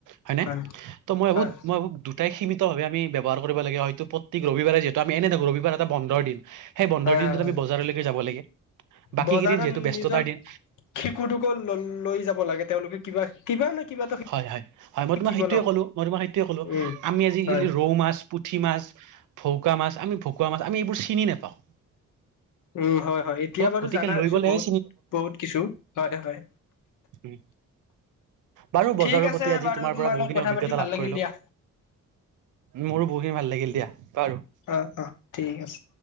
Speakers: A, on the right; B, on the left.
A: হয়নে।
B: হয়
A: ত' মই ভাবো
B: হয়
A: মই দুটাই সীমিতভাৱে আমি ব্যৱহাৰ কৰিব লাগ হয়ত প্ৰতেক ৰবিবাৰে যিহেতু আমি এনে থাকো। ৰবিবাৰ এটা বন্ধৰ দিন। সেই বন্ধৰ
B: হয়
A: দিনটোত
B: হয়
A: আমি বজাৰলৈকে যাব লাগে। বাকী
B: বজাৰত
A: কেইদিন যিহেতু ব্যস্ততাৰ
B: নিজৰ
A: দিন
B: শিশু টোকো ল- লৈ যাব লাগে তেওঁলোকে কিবা কিবা ন কিবা এটা
A: হয় হয় মই
B: শিকিব
A: তোমাক সেইটোৱে
B: ন
A: কলো মই তোমাক সেইটো কলো
B: উম
A: আমি আজিকালি
B: হয়
A: ৰৌ মাছ পুঠি মাছ ভৌকা মাছ আমি ভকুৱা মাছ আমি এইবোৰ চিনি নাপাওঁ
B: উম হয় -হয় এতিয়া
A: ত'
B: বাৰু
A: গতিকে
B: জানা
A: লৈ
B: হৈছো
A: গ'লেহে
B: বহুত- বহুত কিছু হয় হয়।
A: উম বাৰু বজাৰৰ
B: ঠিক আছে
A: প্ৰতি আজি
B: বাৰু
A: তোমাৰ পৰা বহুখিনি
B: লগত কথা
A: অভিজ্ঞতা
B: পাতি
A: লাভ
B: ভাল লাগিল
A: কৰিলো।
B: দিয়া
A: মোৰো বহুতখিনি ভাল লাগিল দিয়া বাৰু।
B: অ অ ঠিক আছে